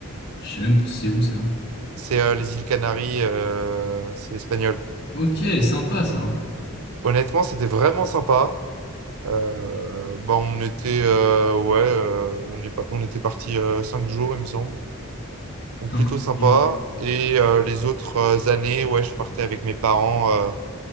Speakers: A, on the left; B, on the right.
A: Je sais même pas c'est où ça.
B: C'est euh, les îles Canaries, euh, c'est espagnol.
A: Ok, sympa ça.
B: Honnêtement, c'était vraiment sympa. Euh, bah, on était, euh, ouais, euh, on est, pa- on était parti euh, cinq jours, il me semble. Donc
A: Comment-
B: plutôt sympa.
A: c'est?
B: Et euh, les autres euh, années, ouais, je partais avec mes parents. euh,